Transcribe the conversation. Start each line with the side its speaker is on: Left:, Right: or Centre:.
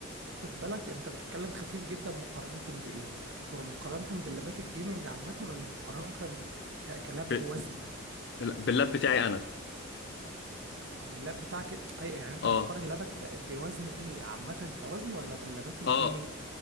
Right: خد بالك انت بتتكلم خفيف جدا مقارنة بايه خر- مقارنة باللابات الجيمنج عامة ولا مقارنة ك- كلاب
Left: ب-
Right: بوزن
Left: باللاب بتاعي انا
Right: باللاب بتاعك ايوه يعني انت
Left: اه
Right: بتقارن لابك ب- بوزن ايه عامة كوزن ولا باللابات الجيمنج
Left: اه